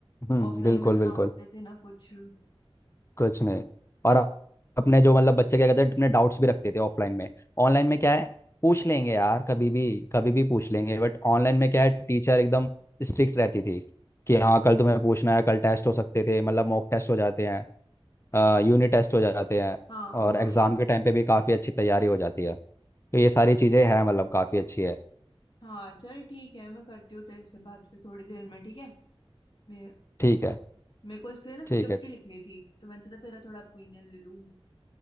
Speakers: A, on the left; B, on the left.
A: हम्म
B: ऑफलाइन
A: बिल्कुल
B: में तो
A: बिल्कुल
B: ना उठते थे ना कुछ
A: कुछ नहीं और अपने जो मतलब बच्चे क्या कहते हैं अपने डाउट्स भी रखते थे ऑफलाइन में ऑनलाइन में क्या है पूछ लेंगे यार कभी भी कभी भी पूछ लेंगे बट ऑनलाइन में क्या है टीचर एकदम स्ट्रिक्ट रहती थी कि हाँ कल तुम्हें पूछना है कल टेस्ट हो सकते थे मतलब मॉक टेस्ट हो जाते हैं यूनिट टेस्ट हो जाते हैं
B: हाँ
A: और
B: हाँ
A: एग्ज़ाम
B: ये
A: के टाइम पे भी काफ़ी अच्छी तैयारी हो जाती है तो ये सारी चीज़ें हैं मतलब काफ़ी अच्छी है
B: हाँ चल ठीक है मैं करती हूँ तेरे से बात फिर थोड़ी देर में ठीक है मे
A: ठीक है
B: मेरे को इस पे ना
A: ठीक
B: स्क्रिप्ट
A: है
B: ही लिखनी थी तो मैं तुझे तेरा थोड़ा ओपिनियन ले लूँ